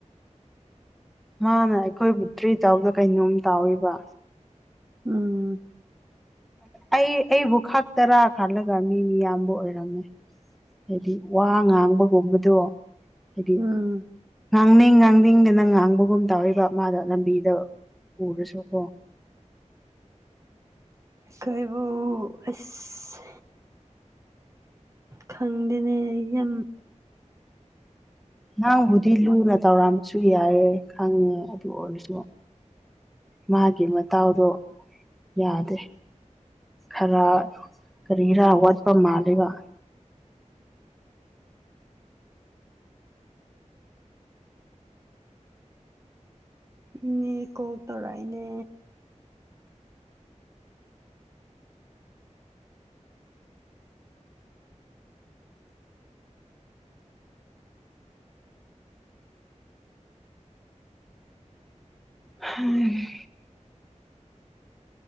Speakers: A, in the centre; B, on the right (about 25°).
A: ꯃꯥꯅ ꯑꯩꯈꯣꯏꯕꯨ ꯇ꯭ꯔꯤꯠ ꯇꯧꯕꯗꯨ ꯀꯩꯅꯣꯝ ꯇꯧꯋꯦꯕ
B: ꯎꯝ
A: ꯑꯩ ꯑꯩꯕꯨ ꯈꯛ ꯇꯔꯥ ꯈꯜꯂꯒ ꯃꯤ ꯃꯤ ꯌꯥꯝꯕ ꯑꯣꯏꯔꯝꯃꯦ ꯍꯥꯏꯗꯤ ꯋꯥ ꯉꯥꯡꯕꯒꯨꯝꯕꯗꯣ ꯍꯥꯏꯗꯤ
B: ꯎꯝ
A: ꯉꯥꯡꯅꯤꯡ ꯉꯥꯡꯅꯤꯡꯗꯅ ꯉꯥꯡꯕꯒꯨꯝ ꯇꯧꯋꯦꯕ ꯃꯥꯗ ꯂꯝꯕꯤꯗ ꯎꯔꯁꯨꯀꯣ
B: ꯀꯣꯏꯕꯨ ꯑꯁ ꯈꯪꯗꯦꯅꯦ ꯌꯥꯝ
A: ꯅꯪꯕꯨꯗꯤ ꯂꯨꯅ
B: ꯎꯝ
A: ꯇꯧꯔꯝꯕꯁꯨ ꯌꯥꯏꯑꯦ ꯈꯪꯉꯦ ꯑꯗꯨ ꯑꯣꯏꯔꯁꯨ ꯃꯥꯒꯤ ꯃꯇꯥꯎꯗꯣ ꯌꯥꯗꯦ ꯈꯔ ꯀꯔꯤꯔꯥ ꯋꯥꯠꯄ ꯃꯥꯂꯦꯕ
B: ꯏꯅꯦ ꯀꯣꯜ ꯇꯧꯔꯛꯏꯅꯦ
A: ꯍꯝ